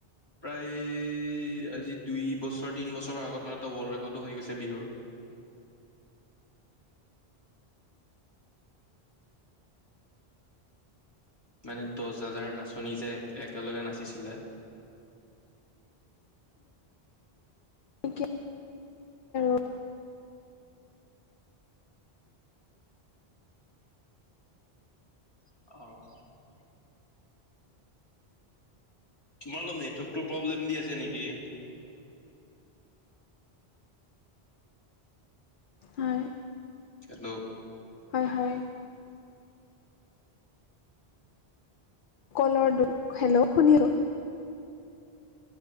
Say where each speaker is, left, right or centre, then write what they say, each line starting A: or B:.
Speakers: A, on the left; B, on the left.
A: প্ৰায় আজি দুই বছৰ তিন বছৰ ৰ আগত মানে এটা ৱল্ড ৰেকৰ্ডো হৈ গৈছে বিহুৰ। মানে দহ হাজাৰ নাচনী যে এক একেলগে নাচিছিলে
B: ে <unintelligible> আৰু
A: অ'। তোমাৰ অলপ নেটৱৰ্কটো প্ৰব্লেম দি আছে নেকি।
B: হয়।
A: হেল্ল'।
B: হয়, হয়। কলৰ দোষ হেল্ল' শুনি <unintelligible>